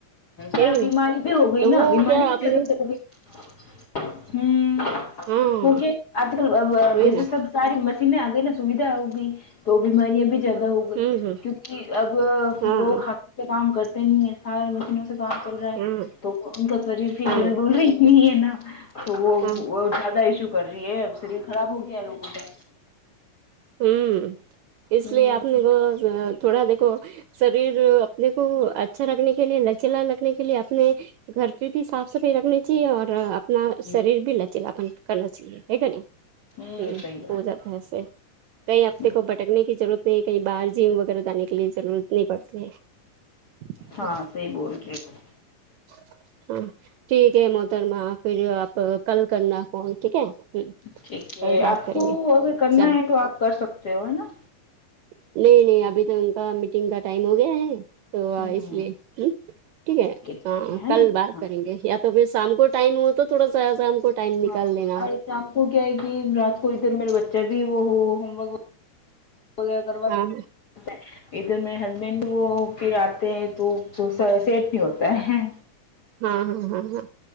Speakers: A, on the right; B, on the left.
A: ہے
B: اور
A: کہ
B: اب
A: نہیں
B: بیماری بھی ہو گئی
A: تو
B: نا
A: وہ
B: بیماری
A: کیا آپ
B: بھی
A: نے
B: لو چل گئی ہوں
A: ہاں
B: وہ کہ آج کل
A: وہی
B: جیسے
A: نا
B: سب ساری مشینیں آ گئی نا سویدھا ہوگی تو بیماریاں بھی زیادہ ہوگی گئی
A: ہوں ہ
B: کیونکہ اب
A: ہاں
B: لوگ ہاتھوں سے کام کرتے نہیں ہے سارے مشینوں سے کام کر را ہا
A: ہاں
B: تو انکا شریر بھی <unintelligible>
A: ہاں
B: ہی نہیں ہے نا تو وہ
A: ہاں
B: وہ زیادہ ایشو کر رہی ہے اب شریر خراب ہو گیا ہے لوگوں کا
A: ہوں اس
B: ہوں
A: لیے آپ نے وہ تھوڑا دیکھو شریر اپنے کو اچھا رکھنے کے لیے لچلا رکھنے کے لیے اپنے گھرکی بھی صاف صفائی رکھنی چاہیے اور ن
B: ہوں
A: شریر بھی لچل اپن کرنا چاہیے ہے کےنہیں
B: ہوں
A: ہمم
B: صحیح بات
A: ہو جاتا ہے ایسے کئی اپنےکو
B: ہوں
A: بھٹکنے کی ضرورت نہیں کہیں باہر جم وغیرہ جانے کے لیے ضرورت نہیں پڑتی ہے
B: ہاں صحیح بول رہے ہو
A: <unintelligible> ہاں ٹھیک ہے محترما پھر آپ کل کرنا فون ٹھیک ہے ہ
B: ٹھیک ہے
A: کل بات
B: آپ
A: کریں
B: کو
A: گے
B: اگر کرنا
A: چلو
B: ہے تو آپ کر سکتے ہو ہے نا
A: نہیں نہیں ابھی تو ان کا میٹنگ کا ٹائم ہو گیا ہے تو
B: ہوں
A: اس لیے ہمم ٹھیک ہے
B: ٹھیک
A: ہاں
B: ہے ہے
A: کل
B: نا
A: بات
B: ہاں
A: کریں گے یا تو پھر شام کو ٹائم ہو تو تھوڑا س شام کو ٹائم نکال
B: ہاں
A: لینا
B: اور
A: آپ
B: شام کو کیا ہے کہ رات کو ادھر میرا بچہ بھی وہ ہو ہوورک ہو گیا کر بات
A: ہاں
B: ادھر میرے ہسبینڈ وہ پھر آتے ہیں تو تو سیٹ نہیں ہوتا ہے
A: ہاں ہاں ہاں ہاں